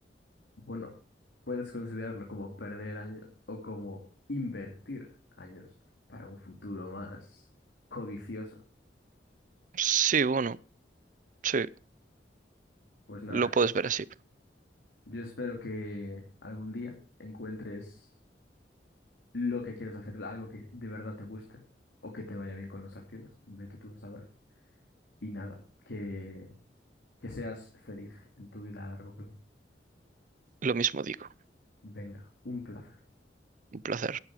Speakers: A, on the left; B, on the right.
A: Bueno, puedes considerarlo como perder años o como invertir años para un futuro más codicioso.
B: Sí, bueno, sí,
A: Pues nada,
B: lo puedes ver así.
A: yo espero que algún día encuentres lo que quieres hacer, algo que de verdad te guste o que te vaya bien con las acciones. Vete tú a saber. Y nada, que, que seas feliz en tu vida a largo plazo.
B: Lo mismo digo.
A: Venga, un placer.
B: Un placer.